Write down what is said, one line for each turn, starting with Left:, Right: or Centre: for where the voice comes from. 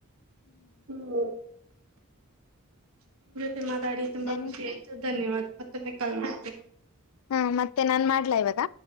Right: ಹ್ಮ್ ನಿಮ್ ಜೊತೆ ಮಾತಾಡಿ ತುಂಬಾ
Left: ದೆನ್
Right: ಖುಷಿ ಆಯ್ತು ಧನ್ಯವಾದ ಮತ್ತೊಮ್ಮೆ ಕಲ್ಮಿ
Left: ಹಾ ಮತ್ತೆ ನಾನ್ ಮಾಡ್ಲಾ ಇವಾಗ